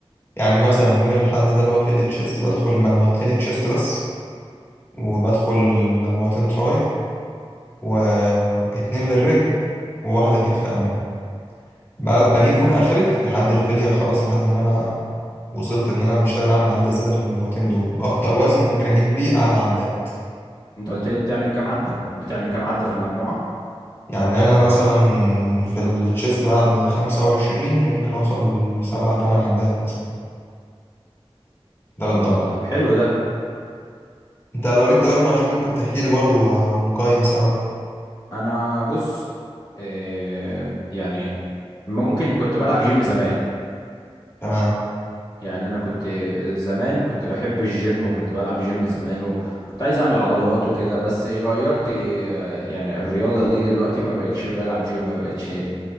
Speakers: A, on the left; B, on the left.
A: يعني مثلا يوم الاحد ده اللي هو فيه التشيست بدخل مجموعتين تشيست بس وبدخل مجموعتين تراي واتنين للرجل وواحدة كتف امامي ب- بجيب فيهم اخري في- لحد الفيلير خلاص لحد ما انا وصلت ان انا مش قادر اعمل عدة زيادة في المجموعتين دول باكتر وزن ممكن اجيب بيه اعلى عدات
B: انت قلت لي بتعمل كام عدة بتعمل كام عدة في المجموعة
A: يعني انا مثلا في التشيست بلعب بالخمسة وعشرين ممكن اوصل لسبعة تمن عدات مثلا ده
B: اه
A: بالدمبل
B: طب حلو ده
A: انت لو ليك تجارب مع جيم ممكن تحكي لي برضو و- ونقيم سوا
B: انا بص آه يعني ممكن كنت بلعب جيم زمان
A: تمام
B: يعني انا كنت زمان كنت بحب الجيم وكنت بلعب جيم زمان وكنت عايز اعمل عضلات وكده بس غيرت آه، يعني الرياضة دي دلوقتي ما بقتش بلعب جيم ما بقتش آه،